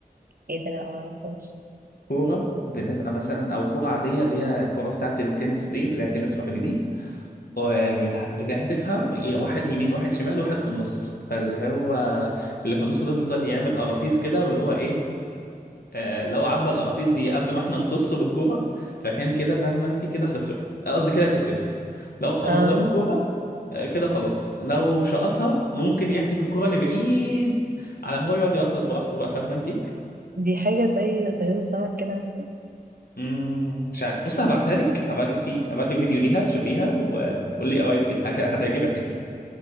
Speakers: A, on the right; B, on the left.
A: ايه ده لا ما اعرفش
B: كورة بتبقى مثلا أو كورة عادية اللي هي الكورة بتاعت التنس دي اللي هي تنس أرضي دي وبنح- بتحدفها يا واحد يمين واحد شمال واحد في النص فاللي هو اللي في النص ده بيفضل يعمل أغاطيس كده واللي هو إيه آه لو عبى الأغاطيس دي قبل ما إحنا نطص بالكورة فكان كده فاهمة أنت كده خسر آه، قصدي كده كسب لو خبطناه
A: اه
B: بالكورة آه، كده خلاص لو شقطها ممكن يحدف الكرة لبعيد على ما هو يقعد يقرطس براحته بقى فاهمة انت؟
A: دي حاجه زي صياد السمك كده مثلا
B: مم، مش عارف بص هبعتها لك هبعت لك في هبعت لك فيديو ليها شوفيها وقول لي ايه رايك فيها هت- هتعجبك اكيد